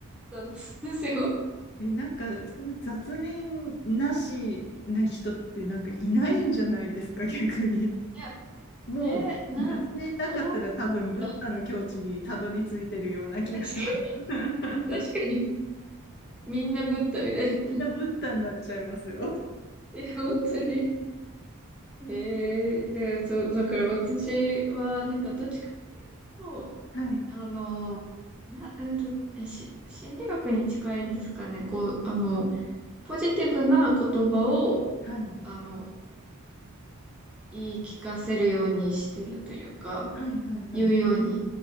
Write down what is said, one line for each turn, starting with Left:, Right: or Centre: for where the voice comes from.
Centre: たんですよ。
Left: え、なんか、その雑念なしな人ってなんかいないんじゃないですか、<laughs> 逆に。
Centre: いや、
Left: もう、
Centre: ねえ、な、
Left: 雑念なかったら多分、
Centre: な、どうやったら、
Left: ブッダの境地にたどり着いてるような気がします。
Centre: <laughs> 確か
Left: <laughs>
Centre: に、確かに、みんなブッダみたいな。
Left: みんなブッダになっちゃいますよ。
Centre: いや、本当に。ええで、そう、だから私は、なんか、どっちかっていうと、
Left: はい。
Centre: あの、な、えっと、えし、心理学に近いんですかね。こう、あの、ポジティブな言葉を、
Left: はい
Centre: あの、言い聞かせるようにしてるというか、
Left: はいはいはいはい。
Centre: 言うように